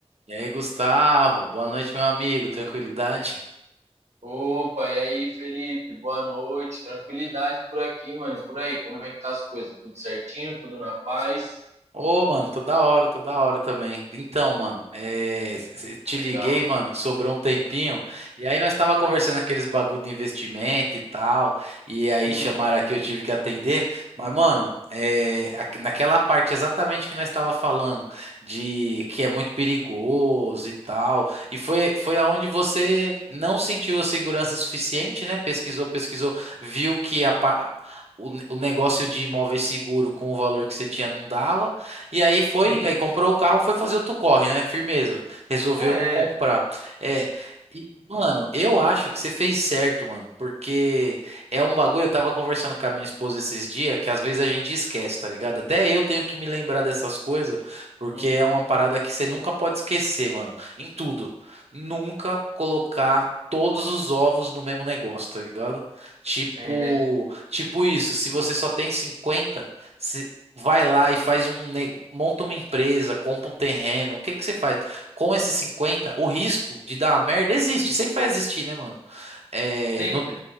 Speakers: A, on the right; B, on the right.
A: E aí, Gustavo, boa noite, meu amigo. Tranquilidade?
B: Opa, e aí, Felipe? Boa noite. Tranquilidade por aqui, mano. E por aí, como é que tá as coisas? Tudo certinho? Tudo na paz?
A: Ô, mano, toda hora, toda hora também. Então, mano, é, s- s- te
B: Legal.
A: liguei, mano, sobrou um tempinho. E aí nós tava conversando aqueles bagulho de investimento e tal. E aí
B: Uhum,
A: chamaram aqui, eu tive que atender. Mas, mano, é, aqu- naquela parte exatamente que nós tava falando de que é muito perigoso e tal. E foi, foi aonde você não sentiu a segurança suficiente, né? Pesquisou, pesquisou, viu que a, pa- o, o negócio de imóvel seguro com o valor que você tinha não dava. E aí foi,
B: uhum.
A: aí comprou o carro, foi fazer outro corre, né? Firmeza. Resolveu
B: É,
A: não comprar.
B: é.
A: É, e, mano, eu acho que você fez certo, mano, porque é um bagulho. Eu tava conversando com a minha esposa esses dias que às vezes a gente esquece, tá ligado? Até eu tenho que me lembrar dessas coisas, porque
B: Uhum.
A: é uma parada que você nunca pode esquecer, mano, em tudo. Nunca colocar. Todos os ovos no mesmo negócio, tá ligado? Tipo,
B: É, né?
A: tipo isso, se você só tem cinquenta Vai lá e faz um nego, monta uma empresa, compra um terreno. O que que você faz? Com esses 50 o risco de dar uma merda existe, sempre vai existir, né, mano? É,
B: Sempre.
A: não,